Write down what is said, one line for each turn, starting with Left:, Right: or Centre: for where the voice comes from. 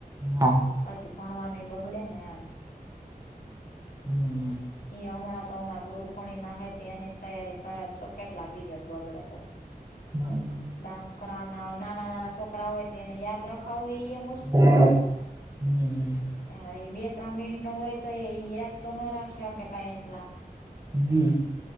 Right: હા
Left: પછી ભણવાનું એ બગડે ને એમ
Right: હમ્મ
Left: એ હમણાં તો અમા ગુરુ પૂર્ણિમા હતી એની તૈારી કરજો કેટલા પીરિયડ બગડે પછી
Right: હમ
Left: ડાન્સ કરવાના નાના નાના છોકરા હોય તે એને યાદ રખાવું હોઈ
Right: <unintelligible>
Left: હ એ બે ત્રણ મિનિટ નો હોય તો એ યાદ તો ન રાખ્યો કે કઈ એટલા
Right: હમ્મ